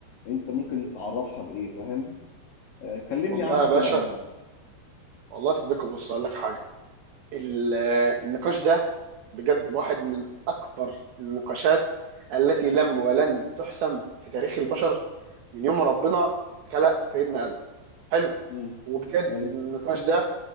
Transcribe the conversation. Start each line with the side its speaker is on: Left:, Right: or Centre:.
Left: انت ممكن تعرفها بايه فاهم آه، كلمني
Right: والله
Left: عنها
Right: يا باشا
Left: كده عموما
Right: والله يا صديقي بص اقول لك حاجه ال- النقاش ده بجد واحد من اكبر النقاشات التي لم ولن تحسم في تاريخ البشر من يوم ما ربنا خلق سيدنا ادم حلو
Left: مم.
Right: وبجد
Left: أيوة.
Right: النقاش ده